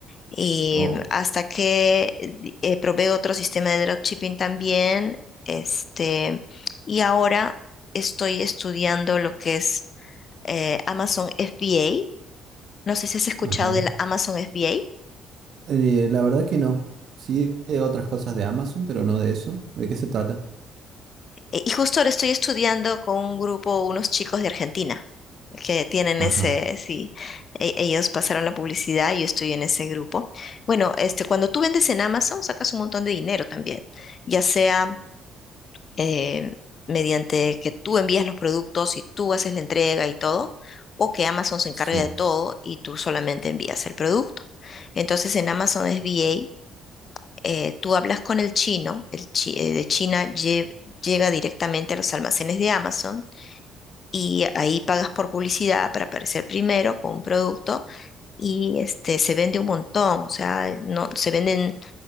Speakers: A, on the left; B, on the right.
A: Y
B: oh,
A: hasta que eh, eh, probé otro sistema de dropshipping también, este, y ahora estoy estudiando lo que es eh, Amazon FBA, no sé si has escuchado
B: ajá.
A: del Amazon FBA.
B: Eh, la verdad que no. Sí, de otras cosas de Amazon, pero no de eso. ¿De qué se trata?
A: eh, Y justo ahora estoy estudiando con un grupo, unos chicos de Argentina, que tienen
B: Ajá,
A: ese, sí, e- ellos pasaron la publicidad y yo estoy en ese grupo. Bueno, este, cuando tú vendes en Amazon, sacas un montón de dinero también, ya sea eh, mediante que tú envías los productos y tú haces la entrega y todo, o que Amazon se encargue
B: sí.
A: de todo y tú solamente envías el producto. Entonces en Amazon FBA eh, tú hablas con el chino, el chi- eh, de China lle- llega directamente a los almacenes de Amazon y ahí pagas por publicidad para aparecer primero con un producto y este, se vende un montón, o sea, eh, no, se venden